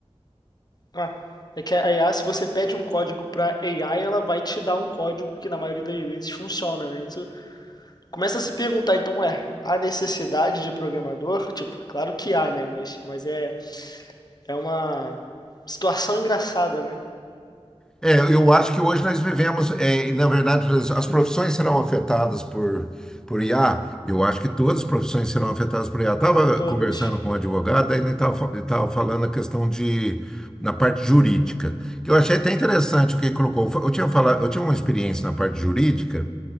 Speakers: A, on the left; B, in the centre.
A: Ah, é que a IA, se você pede um código para AI, ela vai te dar um código que na maioria das vezes funciona, né? Isso Começa a se perguntar, então, é há necessidade de programador? Tipo, é claro que há, né? Mas, mas é, é uma situação engraçada, né?
B: É, eu acho que hoje nós vivemos, é, na verdade, as as profissões serão afetadas por, por IA. Eu acho que todas as profissões serão afetadas por IA. Estava
A: Todas.
B: conversando com um advogado, aí ele estava falando a questão de, na parte jurídica, que eu achei até interessante o que ele colocou. Eu tinha, falado, eu tinha uma experiência na parte jurídica,